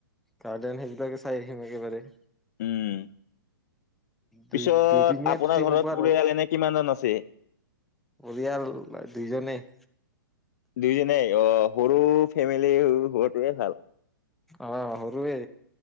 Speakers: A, in the centre; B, on the left.
A: গাৰ্ডেন সেইবিলাকে চাই আহিম একেবাৰে।
B: উম
A: দুই
B: পিছত
A: দুদিনীয়া
B: আপোনাৰ
A: ট্ৰিপ
B: ঘৰত
A: হ'ব আৰু
B: পৰিয়াল এনে কিমান জন আছে।
A: পৰিয়াল দুইজনেই।
B: দুইজনাই অ সৰু ফেমিলি হোৱাটোৱে ভাল।
A: অ সৰুৱে